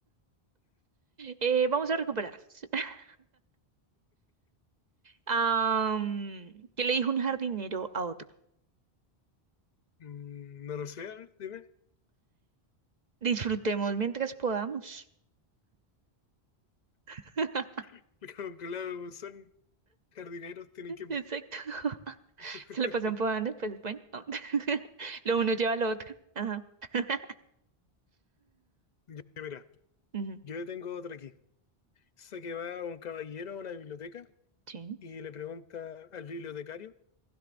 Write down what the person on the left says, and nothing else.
Mm, no lo sé, a ver, dime.
<laughs> Como- Claro, son jardineros, tienen que...
<laughs>
Ya, Mira,
yo tengo otra aquí. Sé que va un caballero a una biblioteca
y le pregunta al bibliotecario,